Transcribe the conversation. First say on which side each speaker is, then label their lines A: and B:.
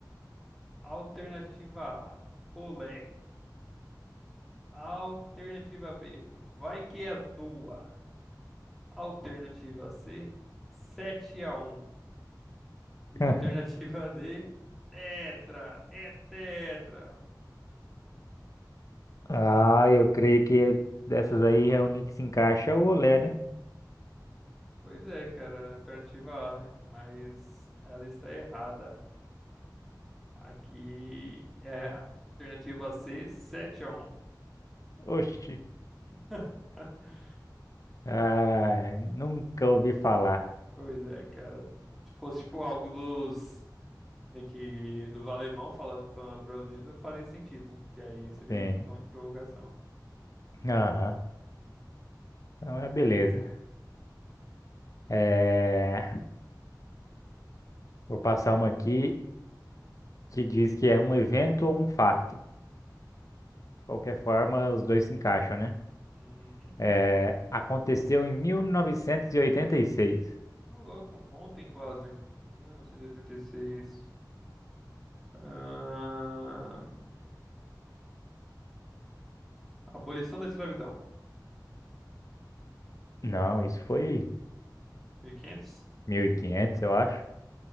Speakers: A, in the centre; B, on the left.
A: Alternativa A, olé. Alternativa B, vai que é tua. Alternativa C, 7 a um. E
B: <laughs>
A: alternativa D, tetra, é tetra.
B: Ah, eu creio que dessas aí é onde que se encaixa o olé, né?
A: Pois é, cara, alternativa A, né? Mas ela está errada. Aqui é a alternativa C, 7 a um.
B: Oxi.
A: <laughs>
B: Ah, nunca ouvi falar.
A: Pois é, cara. Se fosse tipo algo dos meio que dos alemão falando para nós brasileiros, faria sentido, né? Que aí seria
B: Sim.
A: em tom de provocação.
B: Aham. Não, é beleza. É, Vou passar uma aqui que diz que é um evento ou um fato. Qualquer forma, os dois se encaixam, né?
A: Uhum.
B: É, Aconteceu em 1986.
A: Ô, louco, ontem quase, 1986. Ahn, Abolição da escravidão,
B: Não, isso foi
A: 1500.
B: 1500, eu acho.